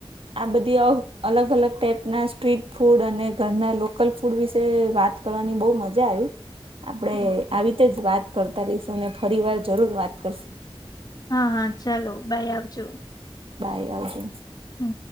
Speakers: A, on the right; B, on the left.
A: આ બધી અલગ અલગ ટાઈપ ના સ્ટ્રીટ ફૂડ અને ઘરના લોકલ ફૂડ વિશે વાત કરવાની બહુ મજા આવી. આપણે
B: હમ
A: આવી રીતે જ વાત કરતા રહીશું અને ફરી વાર જરૂર વાત કરશું.
B: હા હા ચાલો બાય, આવજો.
A: બાય આવજો.
B: હમ